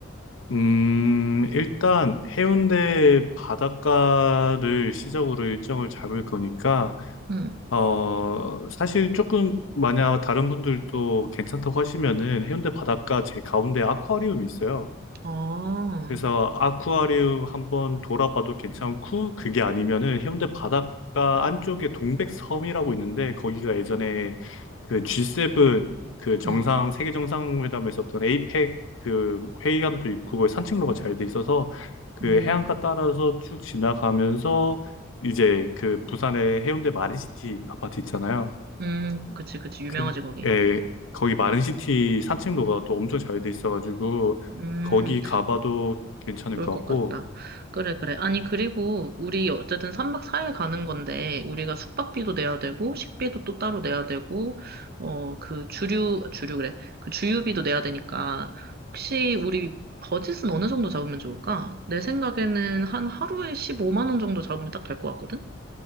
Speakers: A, on the left; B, on the right.
A: 음, 일단 해운대 바닷가를 시작으로 일정을 잡을 거니까
B: 응.
A: 어, 사실 조금 만약 다른 분들도 괜찮다고 하시면은 해운대 바닷가 제 가운데 아쿠아리움이 있어요.
B: 아,
A: 그래서 아쿠아리움 한번 돌아봐도 괜찮고 그게 아니면은 해운대 바닷가 안쪽에 동백섬이라고 있는데 거기가 예전에 그 G7 그 정상
B: 응.
A: 세계 정상회담에 있었던 에이펙 그 회의관도 있고 거기 산책로가 잘 돼 있어서 그
B: 음,
A: 해안가 따라서 쭉 지나가면서 이제 그 부산의 해운대 마린시티 아파트 있잖아요.
B: 음, 그치, 그치. 유명하지,
A: 그,
B: 거기.
A: 에, 거기 마린시티 산책로가 또 엄청 잘 돼 있어가지고,
B: 음.
A: 거기 가봐도 괜찮을
B: 좋을
A: 것
B: 것
A: 같고,
B: 같다. 그래, 그래. 아니, 그리고 우리 어쨌든 3박 4일 가는 건데, 우리가 숙박비도 내야 되고, 식비도 또 따로 내야 되고, 어, 그 주류, 주류 그래. 그 주유비도 내야 되니까, 혹시 우리 버짓은 어느 정도 잡으면 좋을까? 내 생각에는 한 하루에 15만 원 정도 잡으면 딱 될 것 같거든?